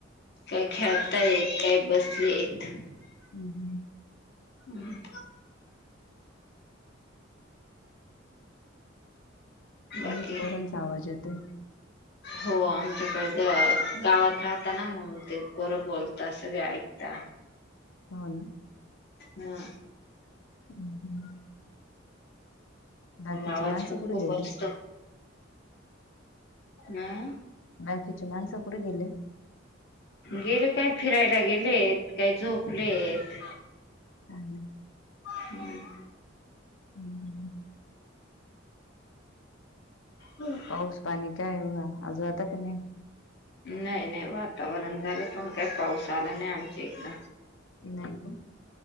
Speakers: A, on the left; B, on the left.
A: काय खेळता येत काय बसले आहेत
B: हम् हम.
A: हम्. बाकी
B: लईच पोरांचा आवाज येतोय
A: हो आमच्याकडे गावात राहताना मग ते बोरं बोलता सगळे ऐकता
B: हो ना?
A: हा.
B: हम् हम. बाकीचे
A: आवाज
B: माणसं
A: खूप
B: कुठे
A: खूप
B: गेले?
A: असती हम.
B: बाकीची माणसं कुठे गेली?
A: गेले काय फिरायला गेलेत काय झोपलेत
B: काय
A: हम्म.
B: हम् हम.
A: हम.
B: पाऊस पाणी काय व आज होता का नाही?
A: नाही नाही वातावरण झालं पण काही पाऊस आला नाही आमच्या इकड
B: त <unintelligible>